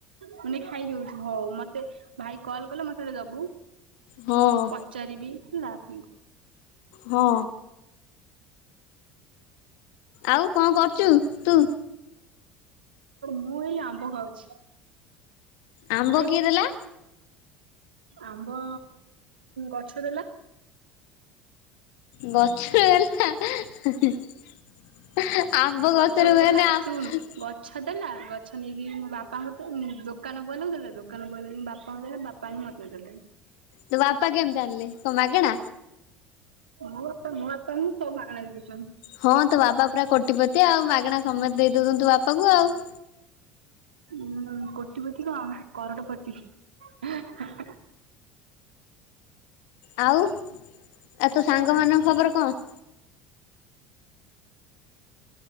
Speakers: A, on the right (about 80°); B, on the left (about 60°).
A: ମୁଁ ନେଇକି ଖାଇଦଉଛି ହଉ ମତେ ଭାଇ କଲ କଲେ ମତେ ଟିକେ ଦବୁ।
B: ହଁ।
A: ପଚାରିବି ନାହିଁ।
B: ହଁ। ଆଉ କଣ କରୁଛୁ ତୁ?
A: ମୁଁ ଏଇ ଆମ୍ବ ଖାଉଛି।
B: ଆମ୍ବ
A: ଖାଇବୁ
B: କିଏ ଦେଲା?
A: ଆମ୍ବ ଗଛ ଦେଲା।
B: ଗଛ ଦେଲା ହାଁ ହୁଁ ଆମ୍ବ
A: ଗଛକୁ
B: ଗଛରେ ହୁଏନି
A: ଦେଲା
B: ଆଉ
A: ଶୁଣୁ ଗଛ ଦେଲା ଗଛ ନେଇକି ମୋ ବାପାଙ୍କୁ ଦୋକାନ ବୋଲଉଥିଲା ଦୋକାନ ବଲେଇକ ବାପାଙ୍କୁ ଦେଲା ବାପା ଆଣି ମତେ ଦେଲେ।
B: ତୋ ବାପା କେମିତି ଆଣିଲେ କଣ ମାଗେଣା?
A: ମୋ ବାପା ମୋ ବାପାଙ୍କୁ ସବୁ ମାଗଣା ଦେଇ ଦେଉଛନ୍ତି।
B: ହଁ ତୋ ବାପା ପୁରା କୋଟିପତି ଆଉ ମାଗଣା ସମସ୍ତେ ଦେଇ ଦଉଛନ୍ତି ବାପାଙ୍କୁ ଆଉ
A: ଉ କୋଟିପତି କଣ କରଡ଼ପତି। <inaudible>
B: ଆଉ ଆଉ ତୋ ସାଙ୍ଗମାନଙ୍କ ଖବର କଣ?